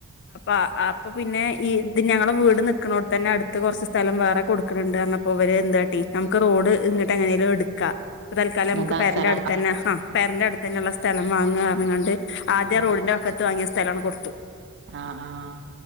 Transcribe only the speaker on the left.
ആഹ് അപ്പൊ പിന്നെ ഈ ഇത് ഞങ്ങള് വീട് നിക്കുന്നോടത്ത് തന്നെ അടുത്ത് കുറച്ച് സ്ഥലം വേറെ കൊടുക്കണണ്ട് പറഞ്ഞ പ്പോ ഇവര് എന്ത് കാട്ടി നമുക്ക് റോഡ് ഇങ്ങട്ട് എങ്ങനേലും എടു ക്കാം ഇപ്പൊ തൽക്കാലം
നമക്ക്
പേരന്റെ
അടുത്ത് തന്നെ ആ പെരേന്റെ അടുത്തന്നെ ഉള്ള സ്ഥലം വാങ്ങാന്ന് പറഞ്ഞെങ്ങാണ്ട് ആദ്യം
റോഡിന്റെ വക്കത്ത് വാങ്ങിയ സ്ഥലമങ്ങ് കൊടുത്തു